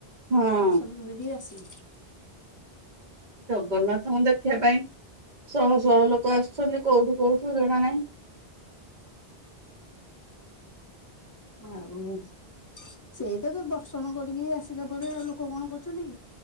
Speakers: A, on the right; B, on the left.
A: ହଁ
B: ଦର୍ଶନ କରିକି ଆସିିବି।
A: ଜଗନ୍ନାଥଙ୍କୁ ଦେଖିବା ପାଇଁ ଶହ ଶହ ଲୋକ ଆସୁଛନ୍ତି କୋଉଠୁ କୋଉଠୁ ଜଣା ନାହିଁ।
B: ଆଉ ସେଇ ତ ଦର୍ଶନ କରିକି ଆସିଲା ପରେ ଆଉ ଲୋକ କଣ କରୁଛନ୍ତି କି?